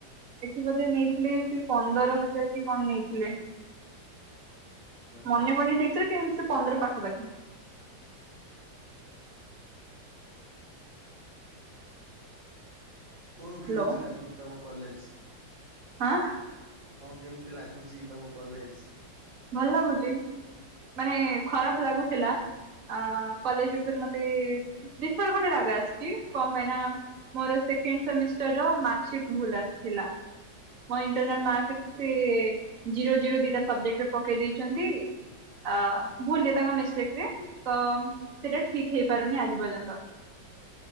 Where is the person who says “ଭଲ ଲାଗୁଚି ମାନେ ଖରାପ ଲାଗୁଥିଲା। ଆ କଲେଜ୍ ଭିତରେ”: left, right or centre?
Right